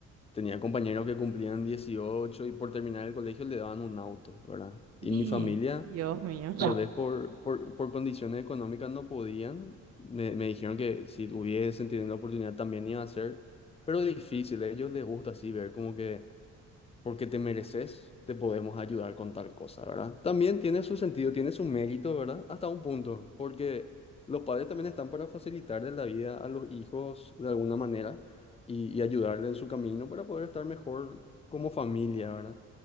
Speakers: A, on the left; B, on the right.
A: tenía compañeros que cumplían 18 y por terminar el colegio le daban un auto, ¿verdad?
B: sí
A: Y mi familia,
B: Dios mío.
A: tal vez por, por, por condiciones económicas no podían, me, me dijeron que si hubiesen tenido la oportunidad también iba a ser, pero difícil, a ellos les gusta así ver como que porque te mereces, te podemos ayudar con tal cosa, ¿verdad? También tiene su sentido, tiene su mérito, ¿verdad? Hasta un punto, porque los padres también están para facilitarle la vida a los hijos de alguna manera y, y ayudarle en su camino para poder estar mejor como familia, ¿verdad?